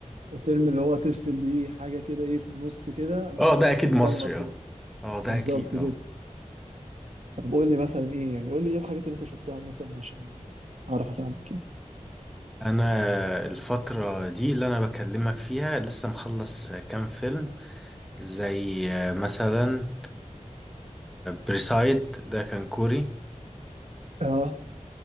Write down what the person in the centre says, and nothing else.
اه ده
اكيد مصري
اه اه ده
اكيد اه
انا الفترة دي اللي انا بكلمك فيها لسه مخلص كام فيلم زي مثلا بريسايد ده كان كوري